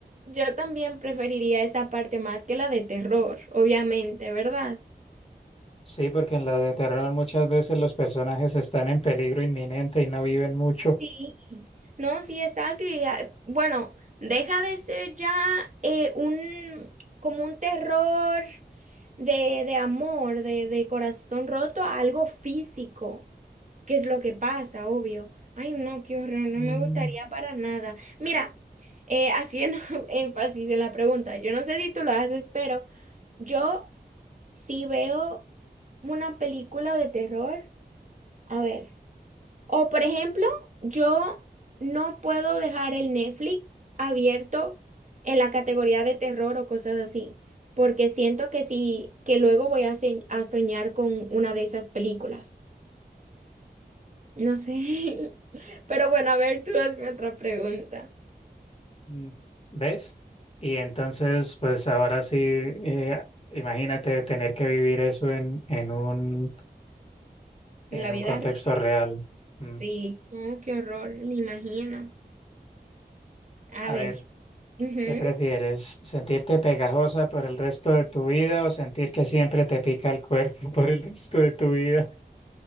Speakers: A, on the right (about 45°); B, on the left (about 35°).
A: yo también preferiría esa parte más que la de terror, obviamente, ¿verdad?
B: Sí, porque en la de terror muchas veces los personajes están en peligro inminente y no viven mucho.
A: Sí, no, sí, exacto. y, ah, bueno, deja de ser ya eh, un como un terror. de, de amor, de, de corazón roto, a algo físico, que es lo que pasa, obvio. Ay, no, qué horror, no
B: Mm,
A: me gustaría para nada. Mira, eh, haciendo <laughs> énfasis en la pregunta, yo no sé si tú lo haces, pero yo sí veo una película de terror. A ver. O por ejemplo, yo no puedo dejar el Netflix abierto en la categoría de terror o cosas así, porque siento que sí, que luego voy a, se- a soñar con una de esas películas. No sé. <laughs> Pero bueno, a ver, tú hazme otra pregunta.
B: Mm, ¿Ves? Y entonces, pues ahora sí, eh, imagínate tener que vivir eso en, en un, en
A: En la
B: un
A: vida
B: contexto
A: real.
B: real. Mm,
A: Sí. No, qué horror, me imagino. A
B: A
A: ver.
B: ver,
A: Ujú.
B: ¿qué prefieres? ¿Sentirte pegajosa por el resto de tu vida o sentir que siempre te pica el cuerpo <laughs> por el resto de tu vida?